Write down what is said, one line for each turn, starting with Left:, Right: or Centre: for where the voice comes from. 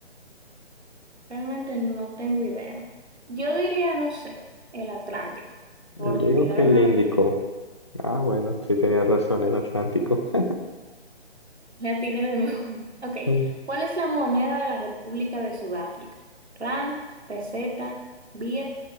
Right: realmente no tengo idea. Yo diría, no sé, el Atlántico,
Left: Digo
Right: por tirar
Left: que el
Right: una
Left: Índico.
Right: aventura.
Left: Ah, bueno, sí tenía razón, el Atlántico. <laughs>
Right: La tiene de nuevo. <laughs> Ok.
Left: Mm,
Right: ¿Cuál es la moneda de la República de Sudáfrica? Rand, peseta, birr